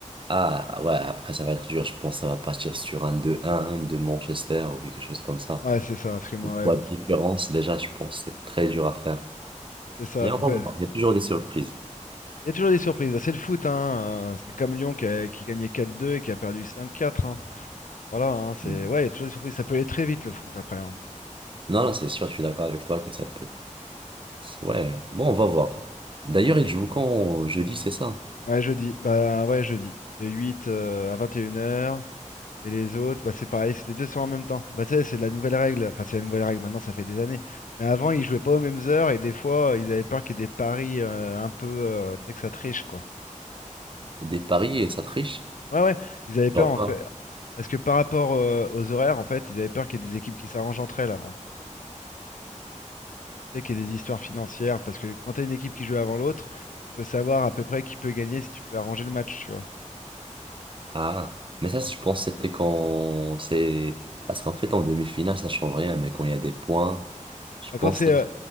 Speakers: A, on the right; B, on the left.
A: Ah ouais, après ça va être dur, je pense que ça va partir sur un deux un de Manchester ou quelque chose comme ça.
B: Ouais, c'est ça, parce que moi,
A: Une
B: ouais,
A: fois de différence déjà, je pense que c'est très dur à faire.
B: c'est ça.
A: mais
B: Après,
A: Néanmoins,
B: il
A: il y a toujours des surprises.
B: y a toujours des surprises. Bah, c'est le foot, hein. euh, C'est comme Lyon qui, a- qui gagnait quatre deux et qui a perdu cinq quatre hein. Voilà, hein, c'est...
A: Mhm.
B: Ouais, il y a toujours des surprises. Ça peut aller très vite, le foot, après, hein.
A: Non, non, c'est sûr, je suis d'accord avec toi que ça peut Ouais, bon, on va voir. D'ailleurs, il joue quand jeudi, c'est ça?
B: Ouais, jeudi. Bah, ouais, jeudi. De 8 euh, à vingt et une heures Et les autres, bah, c'est pareil, c'est les deux sont en même temps. Bah, tu sais, c'est la nouvelle règle. Enfin, c'est la nouvelle règle, maintenant, ça fait des années. Mais avant, ils jouaient pas aux mêmes heures et des fois, ils avaient peur qu'il y ait des paris euh, un peu... euh, tu sais, que ça triche, quoi.
A: Des paris et ça triche?
B: Ouais, ouais, ils avaient peur
A: Genre
B: en
A: quoi?
B: fait. Parce que par rapport euh, aux horaires, en fait, ils avaient peur qu'il y ait des équipes qui s'arrangent entre elles avant. Tu sais, qu'il y ait des histoires financières. Parce que quand tu as une équipe qui joue avant l'autre, tu peux savoir à peu près qui peut gagner si tu peux arranger le match, tu vois.
A: Ah, mais ça, je pense que c'était quand c'est. Parce qu'en fait, en demi-finale, ça change rien, mais quand il y a des points, je
B: Bah,
A: pense
B: quand c'est
A: là.
B: euh,